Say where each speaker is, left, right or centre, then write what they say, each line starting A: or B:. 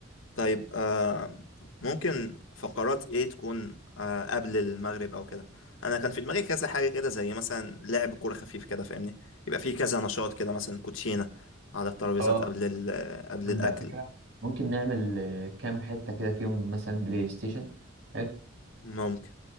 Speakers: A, on the left; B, on the right.
A: طيب آه ممكن فقرات ايه تكون آه قبل المغرب او كده انا كان في دماغي كذا حاجه كده زي مثلا لعب كوره خفيف كده فاهمني يبقى في كذا نشاط كده مثلا كوتشينه على الترابيزات
B: اه
A: قبل ال... قبل
B: نبدأ
A: الاكل
B: فكرة ممكن نعمل آه، كام حتة كده فيهم مثلا بلاي ستيشن حلو
A: ممكن